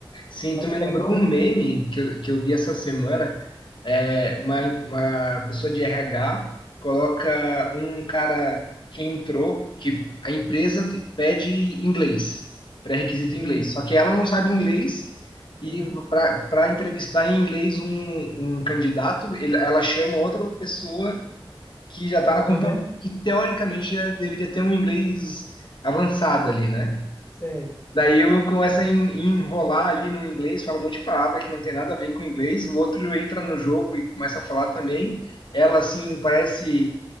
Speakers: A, on the left; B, on the left.
A: Sim,
B: O
A: tu me
B: que
A: lembrou
B: é bom.
A: um meme que eu, que eu vi essa semana. É, uma, uma pessoa de RH coloca um cara que entrou, que a empresa te- pede inglês, pré-requisito inglês.
B: Hum,
A: Só que ela não sabe inglês e
B: uhum,
A: para entrevistar em inglês um, um candidato, ele- ela chama outra pessoa que já está na
B: uhum,
A: companhia e teoricamente já deveria ter um inglês avançado ali, né?
B: sei,
A: Daí eu começo a en- enrolar ali no inglês, fala um monte de palavra que não tem nada a ver com inglês. O outro entra no jogo e começa a falar também. Ela, assim, parece